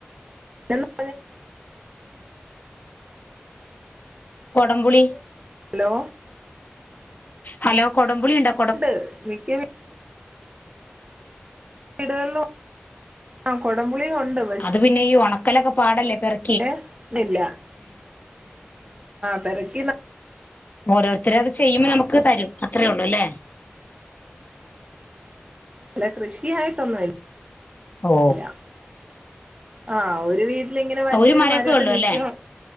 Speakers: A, on the right; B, on the left.
A: <unintelligible>
B: കൊടംപുളി
A: ഹലോ
B: ഹലോ കൊടംപുളി ഇണ്ടോ
A: ഉണ്ട് മിക്ക വീ വീടുകളിൽ ആ കൊടംപുളിയും ഉണ്ട്
B: അത് പിന്നെഈ ഉണക്കലക്കെ പാടല്ലേ പെറു
A: എ തില്ല പെറുക്കി ന
B: ഓരോരുത്തര അത് ചെയ്യുമ്പം നമുക്ക് തരും അത്രേ ഉള്ളൂ അല്ലേ
A: കൃഷിയായിട്ടൊന്നുംല്ല <unintelligible>
B: ഓ
A: ഇല്ല ആഹ് ഒരു വീട്ടിലെങ്ങിനെ വല്യൊരു
B: ഒരു മരൊക്കെ
A: മരമൊക്ക
B: ഉള്ളൂ
A: നിക്കിം
B: അല്ലേ